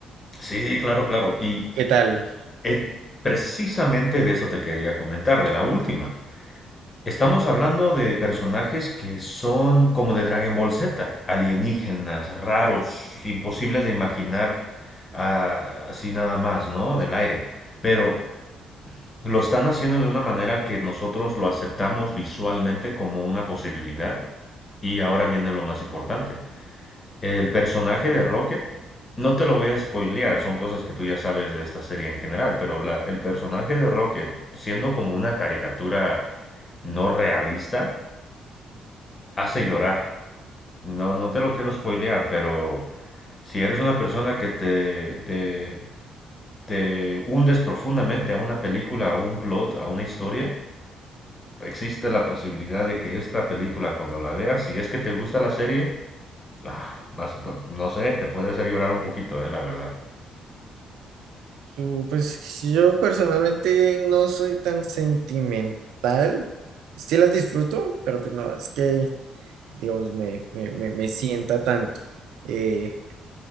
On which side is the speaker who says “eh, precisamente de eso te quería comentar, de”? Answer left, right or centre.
Left